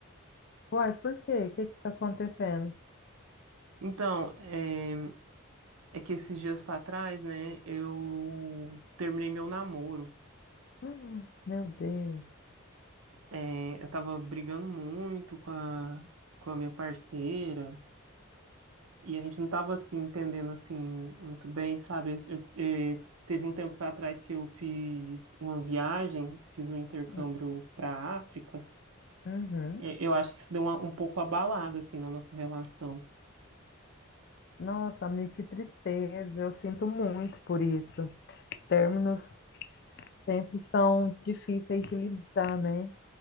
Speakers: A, on the left; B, on the right.
A: Uai, por quê? O que que tá acontecendo? <gasps>
B: Então, é, é que esses dias pra trás, né, eu terminei meu namoro.
A: Hum, Meu Deus.
B: É, eu tava brigando muito com a, com a minha parceira e a gente não tava assim, entendendo assim, muito bem, sabe? Eu- eu- é, teve um tempo pra trás que eu fiz uma viagem, fiz um intercâmbio
A: Hum,
B: pra África.
A: Uhum.
B: E- Eu acho que isso deu uma- um pouco abalado, assim, na nossa relação.
A: Nossa, amigo, que tristeza. Eu sinto muito por isso. Términos sempre são difíceis de lidar, né?